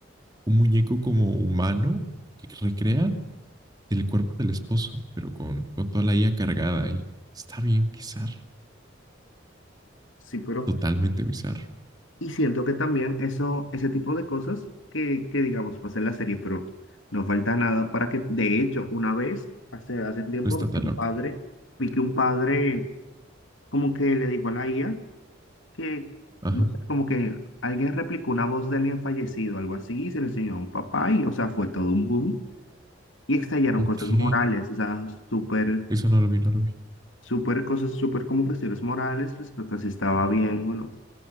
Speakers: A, on the right (about 20°); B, on the left (about 80°).
A: un muñeco como humano que recrea el cuerpo del esposo, pero con, con toda la IA cargada y está bien bizarro,
B: Sí, pero.
A: totalmente bizarro.
B: Y siento que también eso, ese tipo de cosas que, que digamos, pasa en la serie, pero no falta nada para que. De hecho, una vez, hace, hace tiempo,
A: No está
B: vi
A: tan
B: que
A: loco.
B: un padre, vi que un padre como que le dijo a la IA que,
A: Ajá.
B: no sé, como que alguien replicó una voz de alguien fallecido, algo así, y se le enseñó a un papá, y, o sea, fue todo un boom. Y estallaron
A: Ok.
B: cosas morales, o sea, súper
A: Eso no lo vi, no lo vi.
B: súper cosas, súper como cuestiones morales respecto a si estaba bien o no.